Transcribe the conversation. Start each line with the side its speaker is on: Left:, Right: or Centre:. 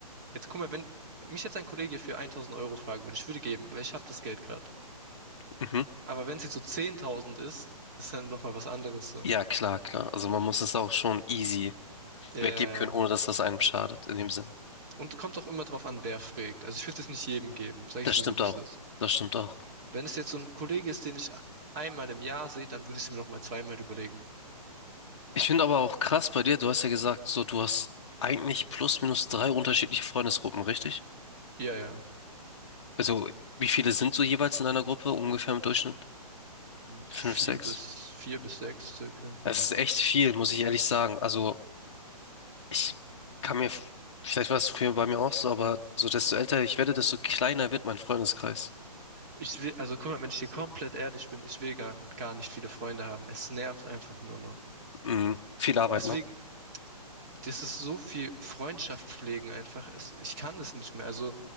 Right: Jetzt guck mal, wenn mich jetzt ein Kollege für 1.000 Euro fragen würde, ich würde geben, weil ich habe das Geld gerade.
Left: Mhm.
Right: Aber wenn es jetzt so 10.000 ist, das ist dann nochmal was anderes so.
Left: Ja, klar, klar. Also man muss es auch schon easy
Right: Ja.
Left: weggeben
Right: ja,
Left: können,
Right: ja.
Left: ohne dass das einem schadet, in dem Sinne.
Right: Und kommt auch immer drauf an, wer fragt. Also ich würde es nicht jedem geben, sage
Left: Das
Right: ich dir
Left: stimmt
Right: so, wie
Left: auch.
Right: es ist.
Left: Das stimmt auch.
Right: Wenn es jetzt so ein Kollege ist, den ich einmal im Jahr sehe, dann würde ich es mir nochmal zweimal überlegen.
Left: Ich finde aber auch krass bei dir, du hast ja gesagt, so du hast eigentlich plus minus drei unterschiedliche Freundesgruppen, richtig?
Right: Ja, ja.
Left: Also wie viele sind so jeweils in einer Gruppe ungefähr im Durchschnitt?
Right: Hm,
Left: Fünf,
Right: Vier
Left: sechs?
Right: bis, vier bis sechs circa.
Left: Das ist echt viel, muss ich ehrlich sagen. Also Ich kann mir, vielleicht war es früher bei mir auch so, aber so desto älter ich werde, desto kleiner wird mein Freundeskreis.
Right: Ich will, also guck mal, wenn ich dir komplett ehrlich bin, ich will gar, gar nicht viele Freunde haben. Es nervt einfach nur noch.
Left: Mhm. Viel Arbeit,
Right: Deswegen,
Left: ne?
Right: das ist so viel Freundschaft pflegen einfach. Es, ich kann das nicht mehr. Also,